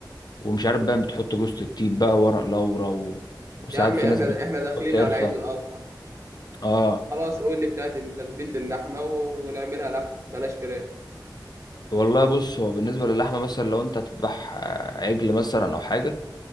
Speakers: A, on the left; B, on the right.
A: ومش عارف باين بتحط جوز الطيب بقى ورق لورا و... وساعات
B: يا عم
A: في
B: احنا
A: ناس بتحط
B: احنا داخلين
A: قرفة
B: على عيد الاضحى
A: اه
B: خلاص قول لي بتاعت تتبيلة اللحمة و... ونعملها لحم بلاش فراخ
A: والله بص هو بالنسبة للحمة مثلا لو انت هتذبح آه، عجل مثلا او حاجة